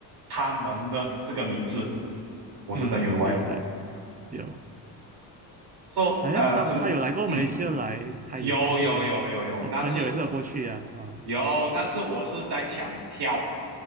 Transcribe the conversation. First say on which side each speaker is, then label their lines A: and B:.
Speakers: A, on the right; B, on the right.
A: 他们的这个名字，我是真有意外。
B: 嗯，有的有，
A: 说、
B: 好像他他有来过马来西亚来开演唱会啊，
A: 呃怎么嗯有有有有有那次
B: 我朋友也是有过去啊，哦，
A: 有那次我是在抢票。